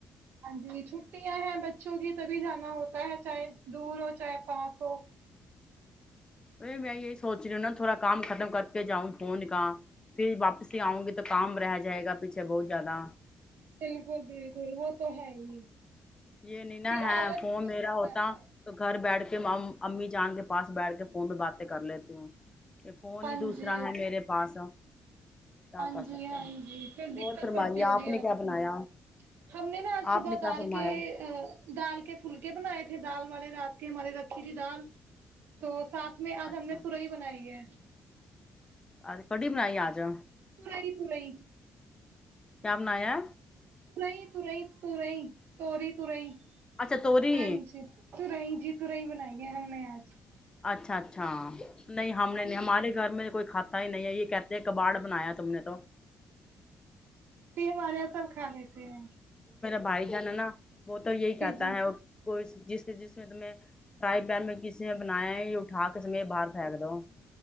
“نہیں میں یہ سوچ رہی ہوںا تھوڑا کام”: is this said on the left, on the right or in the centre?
Left